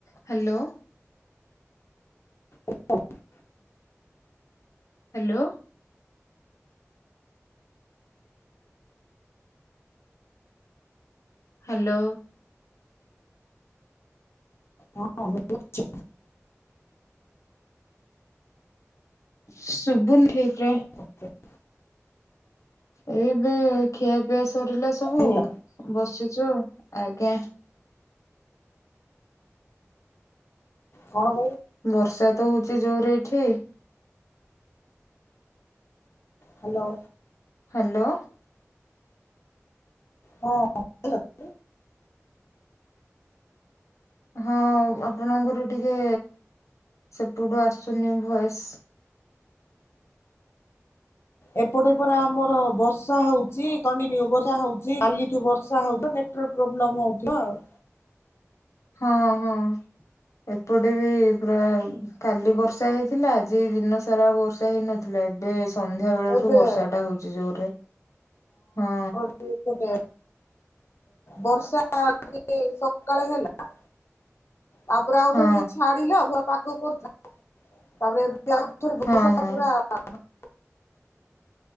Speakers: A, on the left; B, on the left.
A: Hello.
B: ଓହ <inaudible>
A: hello. Hello.
B: ହଁ ଭଲ ଅଛି।
A: ଶୁବୁନି ଠିକ ରେ।
B: ହ <inaudible>
A: ଏଇବେ ଖିଆପିଆ ସରିଲା ସବୁ
B: କହିଲ
A: ବସିଛୁ ଆଜ୍ଞା।
B: କଣ କ
A: ବର୍ଷା ତ ହଉଛି ଜୋରେ ଏଠି।
B: ହ୍ୟାଲୋ।
A: ହ୍ୟାଲୋ।
B: ହଁ ହ୍ୟାଲୋ।
A: ହଁ ଆପଣଙ୍କର ଟିକେ ସେପଟୁ ଆସୁନି ଭଏସ।
B: ଏପଟେ ପା ଆମର ବର୍ଷା ହଉଛି କଣ୍ଟିନ୍ୟୁ ବା ହଉଛି କାଲିଠୁ ବର୍ଷା ହଉଛି। ପ୍ରୋବ୍ଲେମ୍ ହେଉଥିବ ଆଉ।
A: ହଁ ହଁ ଏପଟେ ବି ପୁରା କାଲି ବର୍ଷା ହେଇଥିଲା ଆଜି ଦିନ ସାରା ବର୍ଷା ହେଇନଥିଲା ଏବେ। ସନ୍ଧ୍ୟା ବେଳଠୁ
B: ଏବେ
A: ବର୍ଷା ଟା ହଉଛି ଜୋରରେ ହଁ।
B: ଗୋଟେ ବର୍ଷା ଟିକେ ସକାଳେ ହେଲା ତାପରେ ଆଉଥରେ
A: ହଁ
B: ଟିକେ ଛାଡିଲାଉ ଧୁର ପାଗ କରିଥା ତାପରେ ଆଉ ଭୋସା
A: ହଁ ହଁ
B: ପୁରା <unintelligible>